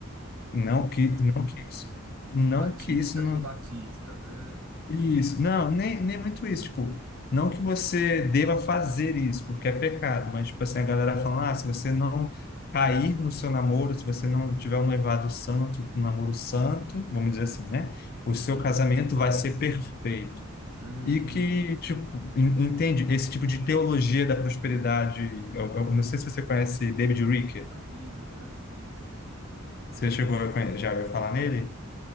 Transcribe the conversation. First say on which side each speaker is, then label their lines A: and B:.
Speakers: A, on the left (about 45°); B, on the right (about 70°).
A: não que, não que isso, não
B: Batista
A: que isso não
B: com Batista, né?
A: isso, não, nem, nem muito isso, tipo, não
B: Sim,
A: que você deva fazer isso, porque é pecado, mas, tipo assim, a galera fala, ah, se você não cair no seu namoro, se você não tiver um noivado santo, um namoro santo, vamos dizer assim, né, o seu
B: sim.
A: casamento vai ser perfeito.
B: Hum,
A: E que, tipo, en- entende, esse tipo de teologia da prosperidade, eu, eu
B: e-
A: não sei se você conhece David Ricker,
B: ismo, né? Sim, sim.
A: você chegou a conhe- já ouviu falar nele?